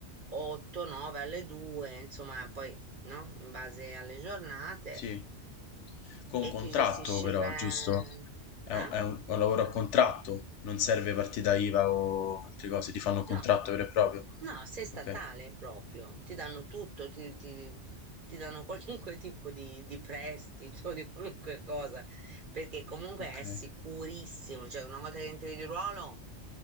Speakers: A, on the right (about 45°); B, on the left (about 80°).
A: 8, 9 alle 2, insomma, poi no? In base alle giornate
B: sì. Con
A: e
B: contratto
A: ti gestisci
B: però,
A: bene.
B: giusto? È un,
A: Eh?
B: è un- è un lavoro a contratto, non serve partita IVA o altre cose, ti fanno un contratto
A: No,
B: vero e proprio.
A: no, sei statale
B: Ok,
A: proprio, ti danno tutto, ti, ti- ti danno qualunque <laughs> tipo di, di prestito, di qualunque cosa, perché comunque
B: ok.
A: è sicurissimo, cioè una volta che entri di ruolo,